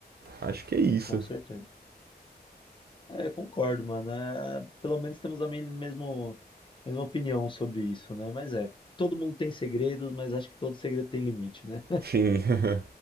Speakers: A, on the right; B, on the left.
A: Acho que é
B: Sim,
A: isso.
B: com certeza. É, eu concordo, mano. É, pelo menos temos a me- mesmo, mesma opinião sobre isso, né? Mas é, todo mundo tem segredos, mas acho que todo segredo tem limite, né?
A: Sim.